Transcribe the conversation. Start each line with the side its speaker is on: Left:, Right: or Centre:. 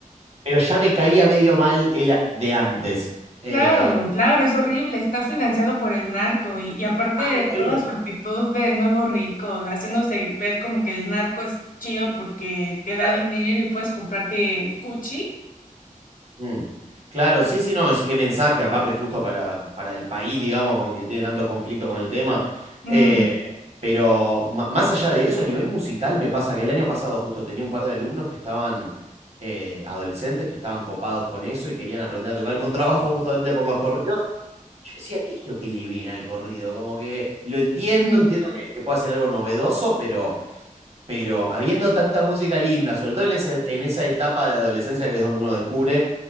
Right: pero ya me caía medio mal el a- de antes. Eh,
Left: Claro, claro, es horrible, está financiado por el narco y, y aparte
Right: ah, no sabía.
Left: toda su actitud de nuevo rico, haciéndose ver como que el narco es chido porque te da
Right: Claro.
Left: dinero y puedes comprarte el Gucci.
Right: Mm. Claro, sí, sí, no, es que mensaje, aparte, justo para, para el país, digamos, como que tiene tantos conflictos con el tema.
Left: Mm,
Right: Eh, pero ma- más allá de eso, a nivel musical, me pasa que el año pasado justo tenía un par de alumnos que estaban eh, adolescentes, que estaban copados con eso y querían aprender a tocar el contrabajo justamente por los corridos. Yo decía, ¿qué es lo que le ven al corrido? Como que lo entiendo,
Left: mm,
Right: entiendo que, que puede ser algo novedoso, pero, pero habiendo tanta música linda, sobre todo en esa, en esa etapa de adolescencia que es donde uno descubre,